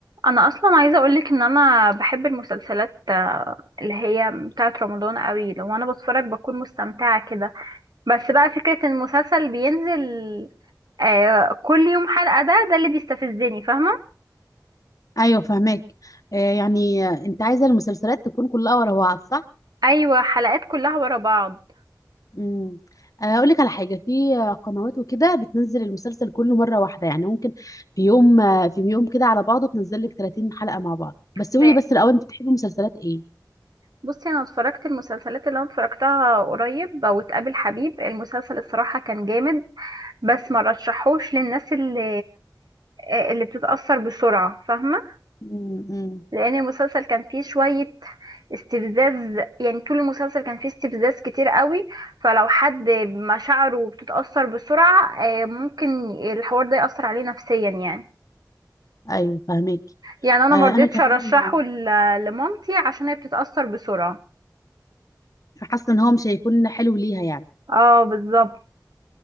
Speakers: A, on the right; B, on the left.
A: انا اصلا عايزه اقولك ان انا بحب المسلسلات آه، اللي هي بتاعه رمضان قوي لو انا بتفرج بكون مستمتعه كده بس بقى فكره ان المسلسل بينزل آه، كل يوم حلقه ده ده اللي بيستفزني فاهمه
B: ايوه فهماك آه يعني آه، انت عايزه المسلسلات تكون كلها ورا بعض صح
A: ايوه حلقات كلها ورا بعض
B: امم اقول لك على حاجه في آه، قنوات وكده بتنزل المسلسل كله مره واحده يعني ممكن في يوم آه، في يوم كده على بعضه تنزل لك 30 حلقه مع بعض بس
A: ده
B: قولي بس الاول انت بتحبي مسلسلات ايه
A: بصي انا اتفرجت المسلسلات اللي انا اتفرجتها قريب واتقابل حبيب المسلسل الصراحه كان جامد بس ما رشحوش للناس اللي آه، اللي بتتاثر بسرعه فاهمه
B: امم
A: لان المسلسل كان فيه شوية استفزاز يعني طول المسلسل كان فيه استفزاز كتير قوي فلو حد مشاعره بتتأثر بسرعة آه، ممكن الحوار ده يأثر عليه نفسيا يعني
B: ايوه فهماك
A: يعني انا
B: آه
A: مرضتش
B: انا كمان
A: ارشحه ل- لمامتي عشان هي بتتأثر بسرعة
B: حاسه ان هو مش هيكون حلو ليها يعني
A: اه بالظبط